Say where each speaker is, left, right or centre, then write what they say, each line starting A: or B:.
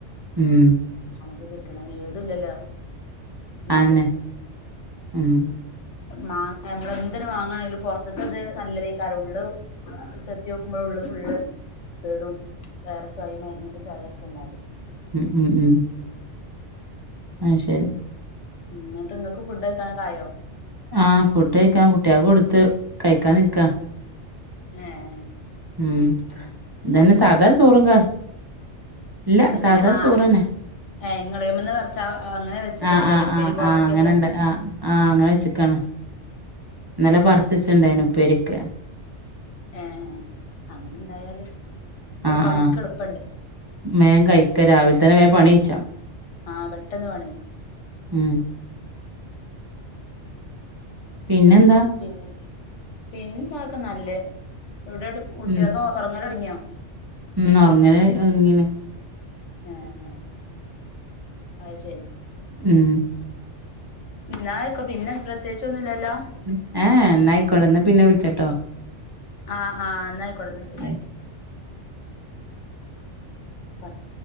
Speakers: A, on the right; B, on the left.
A: ഉം
B: അമക്ക് കിട്ട്ണഹ്. ഏതുല്ലല്ലൊ നല്ലത്.
A: അതെന്നെ ഉം
B: മാങ്ങ നമ്മളെന്തരു വാങ്ങാണെങ്കിലും പൊറത്തത് നല്ലതേക്കാരം. ഉള്ളു അപ്പൊ ചെത്ത്യാേക്കുമ്പഴ് ഉള്ള് ഫുള്ള് കേടും. വേറെ ചൊയിം മര്ന്നിന്റെ ച ചൊയൊക്കെ ഇണ്ടാവല്.
A: ഉം ഉം ഉം ആഹ് ശെരി.
B: ഉം ഇന്നട്ട് ഇങ്ങക്ക് ഫുഡ്കഴിക്കാനൊക്കെ ആയോ.
A: ആഹ്‌ ഫുഡ് കഴിക്കാൻ കുട്ട്യേക്ക് കൊടുത്ത് കഴിക്കാൻ നിക്ക.
B: ഏഹ്‌
A: ഉം ഇതെന്നെ സാധാ ചോറും ക ഇല്ല സാധാ
B: ഏഹ് ആഹ്
A: ചോറെന്നെ.
B: ഏഹ് ഇങ്ങളേമന്ന് പറച്ച അങ്ങനെ വെച്ചക്കെലെക്കാരെലെ
A: ആഹ് ആഹ്
B: ഉപ്പേരി
A: ആഹ്
B: കോവക്കെക്കെ.
A: ആഹ് അങ്ങനെണ്ട് ആഹ് ആഹ് അങ്ങനെ വെച്ചക്കാണ്. ഇന്നലെ പറച്ചച്ണ്ടായിന്നു
B: ഏഹ്
A: ഉപ്പേരിക്
B: ഏഹ്‌ ഏഹ്‌ അങ്ങനെ ഉണ്ടായാല് ഒരു
A: ആഹ്‌
B: പണിക്ക്
A: ആഹ്‌
B: എളുപ്പണ്ട്
A: മേം കഴിക്ക. രാവിൽ തന്നെ വേം പണി കയിച്ച.
B: ആഹ്‌ പെട്ടെന്ന് പണി <unintelligible>
A: ഉം പിന്നെന്ത.
B: പിന്നെ പിന്നെന്തക്കെ നല്ലത്. എവ്ടെ ഇന്നട്ട് കുട്ട്യേക്കൊ
A: ഉം
B: ഒറ്ങ്ങലൊടങ്ങ്യാെ.
A: ഉം ഒർങ്ങല് ഒരുങ്ങീണ്.
B: ഏഹ് ഏഹ് അയ് ശെരി.
A: ഉം
B: ഇന്നാ അയ്ക്കൊ. പിന്നെ പ്രത്യേയ്ച്ചൊന്നും ഇല്ലല്ലൊ.
A: ഏ ഹ ഏ ഇന്നായിക്കോട്ടെ ഇന്ന പിന്നെ വിളിച്ചട്ടൊ.
B: ആഹ് ആഹ് ഇന്ന അയിക്കോട്ടെ ഇന്നാ ശെരി.
A: ആ
B: പത്ത്